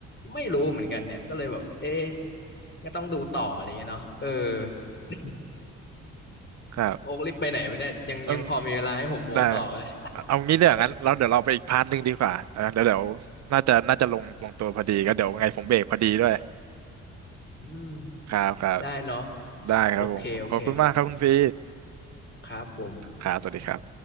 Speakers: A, on the left; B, on the right.
A: ไม่รู้เหมือนกันเนี่ยก็เลยแบบเอ๊ะก็ต้องดูต่ออะไรเงี้ยเนาะเออ <coughs>
B: ครั
A: โอ๊กรีบไปไหนไปเนี่ยยังยังพอมีเวลาให้ผมโม้ต่อเหย
B: บ ได้เอางี้เนี่ยงั้นเราเดี๋ยวเราไปอีกพาร์ทหนึ่งดีกว่านะเดี๋ยวเดี๋ยวน่าจะน่าจะลงลงตัวพอดีก็เดี๋ยวไงผมเบรกพอดีด้วย
A: <laughs> อืม
B: ครับครับ
A: ได้เนาะ
B: ได้ครับผมขอบคุณมากครับคุณฟรี
A: โอเคโอเคครับผม
B: ครับสวัสดีครับ